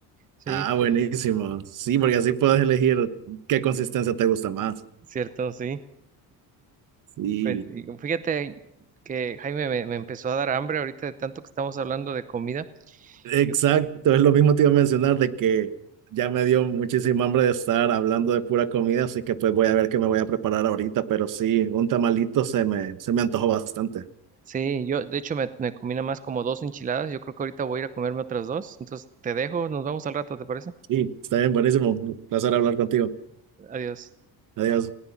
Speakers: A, on the right; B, on the right.
A: Sí,
B: Ah, buenísimo. Sí, porque así puedes elegir qué consistencia te gusta más.
A: cierto, sí.
B: Sí,
A: Pues sí, fíjate que Jaime me, me empezó a dar hambre ahorita de tanto que estamos hablando de comida.
B: exacto.
A: Yo creo-
B: Es lo mismo te iba a mencionar de que ya me dio muchísima hambre de estar hablando de pura comida, así que pues voy a ver qué me voy a preparar ahorita, pero sí, un tamalito se me, se me antojó bastante.
A: Sí, yo de hecho me, me combina más como dos enchiladas. Yo creo que ahorita voy a ir a comerme otras dos. Entonces te dejo, nos vemos al rato, ¿te parece?
B: Sí, está bien, buenísimo. Un placer hablar contigo.
A: Adiós.
B: Adiós.